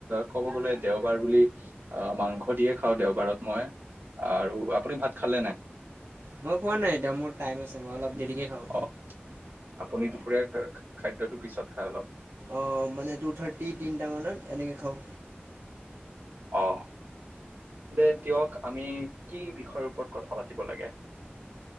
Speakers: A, on the right; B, on the right.
A: ক'ব গ'লে দেওবাৰ বুলি আহ মাংস দিয়ে খাওঁ। দেওবাৰ মই আৰু আপুনি ভাত খালে নাই?
B: মই খোৱা নাই এতিয়া মোৰ টাইম আছে মই অলপ দেৰিকে খাওঁ।
A: অ আপুনি দুপৰীয়া খাদ্যটো পিছত খাই অলপ।
B: অ মানে টু থাৰ্টি তিনিটা মানত এনেকে খাওঁ।
A: আহ দে দিয়ক আমি কি বিষয়ৰ ওপৰত কথা পাতিব লাগে। <inaudible>